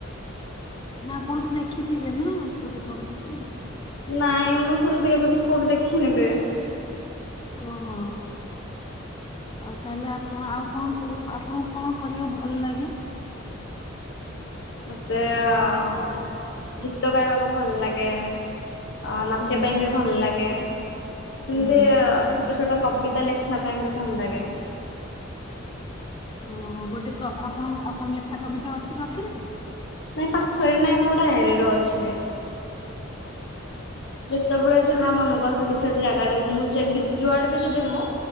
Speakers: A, on the left (about 25°); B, on the left (about 60°).
A: ନା ଆପଣ ତ ଦେଖିଥିବେ ନା କୋଉଠି କଣ କିଛି
B: ନାଇଁ ମୁଁ ସେମିତି ଏବେ କିଛି କୋଉଠି ଦେଖିନିବି
A: ଓହୋ ଆଉ ତାହେଲେ ଆପଣ ଆଉ କଣ ସବୁ ଆପଣଙ୍କୁ କଣ କରିବାକୁ ଭଲ ଲାଗେ?
B: ମୋତେ ଅ ଗୀତ ଗାଇବାକୁ ଭଲ ଲାଗେ। ଅ ନାଚିବା
A: ହୁଁ
B: ପାଇଁ ବି ଭଲ ଲାଗେ ସେମିତି
A: ହୁଁ
B: ଅ ଟ ଛୋଟ କବିତା ଲେଖିବା ପାଇଁ ବି ଭଲ ଲାଗେ
A: ଉଁ ଗୋଟେ କ ଆପଣ ଆପଣ ଲେଖା କବିତା ଅଛି ପାଖରେ?
B: ନାଇଁ ପାଖରେ ନାଇଁ ମୋ ଡାଏରୀରେ ଅଛି ଯେତେବେଳେ ଯାହା ମନକୁ ଆସେ କିଛି ଯଦି ଜାଗାଟାକୁ ମୁଁ ଯେବେ ଯୁଆଡେ ବି ଯିବି ମୁଁ